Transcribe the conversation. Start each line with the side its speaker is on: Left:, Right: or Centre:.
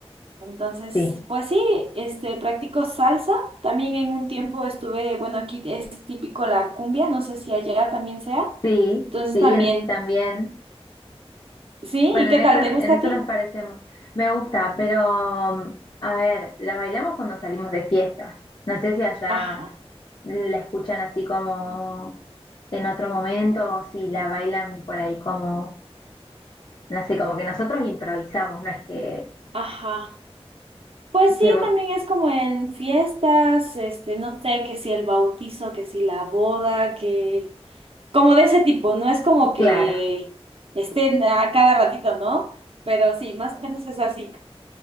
Right: Entonces,
Left: sí,
Right: pues sí, este, practico salsa. También en un tiempo estuve, bueno, aquí es típico la cumbia, no sé si allá también sea.
Left: sí,
Right: Entonces
Left: sí,
Right: también,
Left: en- también.
Right: sí,
Left: Bueno,
Right: ¿y qué
Left: en eso,
Right: tal?
Left: en
Right: ¿Te gusta
Left: eso
Right: a ti?
Left: nos parecemos. Me gusta, pero mm, a ver, la bailamos cuando salimos de fiesta. No sé si allá
Right: Ajá,
Left: la escuchan así como en otro momento o si la bailan por ahí como no sé, como que nosotros improvisamos, no es que,
Right: ajá. Pues sí,
Left: que
Right: también es como en fiestas, este, no sé, que si el bautizo, que si la boda, que como de ese tipo, no es como que
Left: claro,
Right: estén a cada ratito, ¿no? Pero sí, más o menos es así.